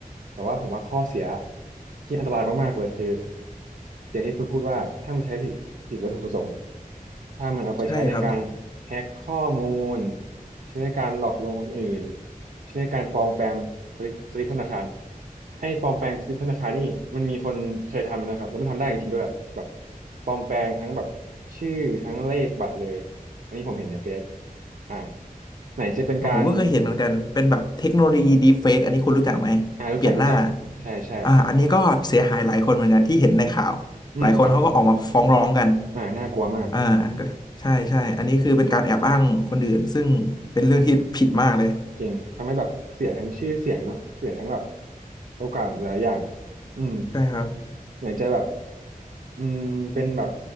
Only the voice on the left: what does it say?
ใช่ครับ
อ่าผมก็เคยเห็นเหมือนกันเป็นแบบเทคโนโลยีดีเฟกอันนี้คุณรู้จักไหมเปลี่ยนหน้า
อ่าอันนี้ก็เสียหายหลายคนเหมือนกันที่เห็นในข่าวหลายคนเขาก็ออกมาฟ้องร้องกัน
อ่าก็ใช่ใช่อันนี้คือเป็นการแอบอ้างคนอื่นซึ่งเป็นเรื่องที่ผิดมากเลย
ใช่ครับ